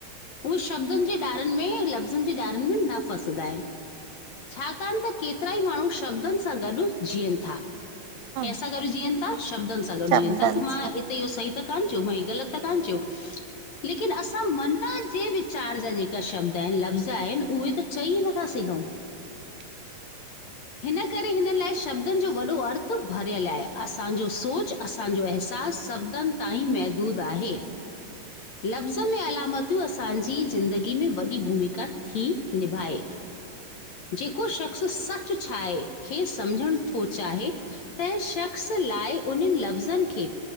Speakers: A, on the left; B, on the right.
A: उहे शब्दन जे धारन में लफ़्ज़नि जे धारन में न फसंदा आहिन। छाकाण त केतिरा ई माण्हू शब्दन सां गॾु ॼीअन था।
B: हूं
A: कैसा गॾ ॼीयन, शब्दन सां गॾ
B: शब्दनि
A: ॼीयन था कि मां
B: सां
A: त इहो सही त कान चियो मइ ग़लत त कान चि यो। लेकिन असां मन जे विचार जा जेका शब्द आहिन, लफ़्ज़ आहिन, उहे त चई नथा सघूं।
B: -- <inaudible>
A: हिन करे हिन लाइ शब्दनि जो वॾो अर्थ भरियल आहे, असांजो सोच असांजो अहसास शब्दनि ताईं महदूदु आहे लफ़्ज़नि में अलामतियूं असांजी ज़िंदगी में वॾी भूमिका थी निभाए। जेको शख़्स सच छा आहे खे सम्झण थो चाहे -- ऐं शख़्स लाइ उन्हन लफ़्ज़न खे